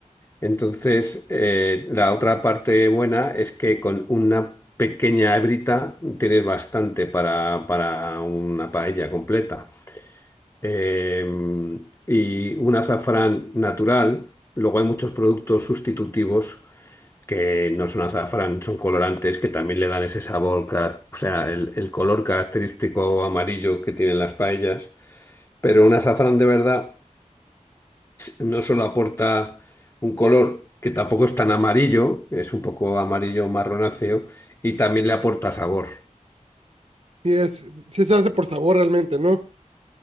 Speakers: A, on the left (about 20°); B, on the right (about 50°).
A: Entonces, eh, la otra parte buena es que con una pequeña hebrita tienes bastante para, para una paella completa. Eh, y un azafrán natural. Luego hay muchos productos sustitutivos que no son azafrán, son colorantes que también le dan ese sabor, car- o sea, el, el color característico amarillo que tienen las paellas. Pero un azafrán de verdad no solo aporta un color que tampoco es tan amarillo, es un poco amarillo marronáceo, y también le aporta sabor.
B: Sí, es, sí se hace por sabor realmente, ¿no?